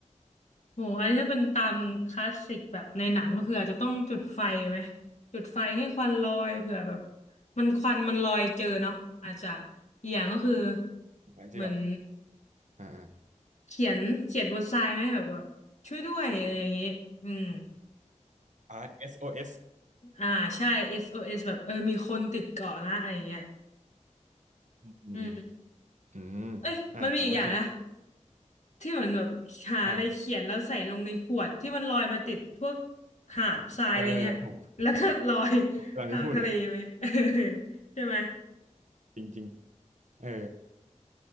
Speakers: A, on the left; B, on the right.
A: โหอันนี้ถ้าเป็นตามคลาสสิกแบบในหนังก็คืออาจจะต้องจุดไฟไหมจุดไฟให้ควันลอยเผื่อแบบมันควันมันลอยเจอเนาะอาจจะอกอย่างก็คือ
B: อาจจะแบบ
A: เหมือน
B: อ่าอ่า
A: เขียนเขียนบนทรายไหมแบบว่าช่วยด้วยอะไรอย่างนี้อืม
B: RSOS อสโอเอส
A: อ่าใช่ SOS แบบเออมีคนติดเกาะนะอะไรอย่างเงี้ย
B: อืมอืม
A: อืม
B: อืม
A: เอ้ยมันมีอีกอย่างนะ
B: อ่าโหจริง
A: ที่เหมือนแบบหาอะไรเขียนแล้วใส่ลงในขวดที่มันลอยมาติดพวก
B: อ่า
A: หาดทรายอะไรเงี้ยแล้วก็ลอย
B: เออผม
A: <laughs>
B: กำลังจะพูดเลย
A: ทางทะเลไปเงี้ย <laughs> ใช่ไหม
B: จริงๆเออ